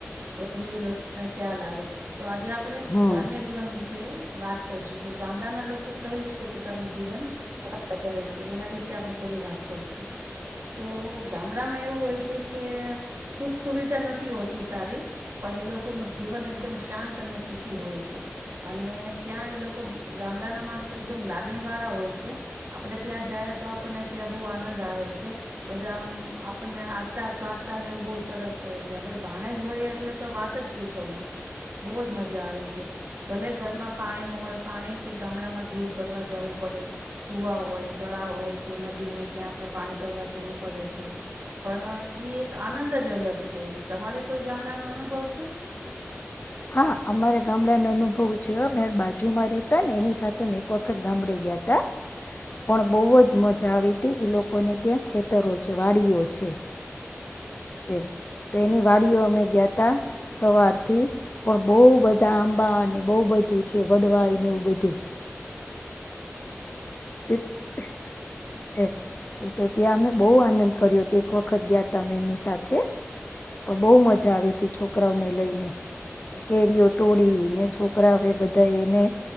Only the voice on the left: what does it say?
હમ
હા અમારે ગામડા ન અનુભવ છે બાજુમાં રતા ને એની સાથે મે એક વખત ગામડે ગયા તા પણ બહુ જ મજા આવી ત લોકોને ત્યાં ખેતરો છે વાડીઓ છે. પછી. એમ તો એની વાડીઓ અમે ગયા ત સવાર થી પણ બહુ બધા આંબા અને બહુ બધું છે વડવાયને એવું બધું. એ ત્યાં અમે બહ આનંદ કર્યો ત એક વખત ગયા ત એમની સાથે પણ બહ મજા આવી ત છોકરાઓને લઈને કેરીઓ તોડીને છોકરાઓ એ બધા એને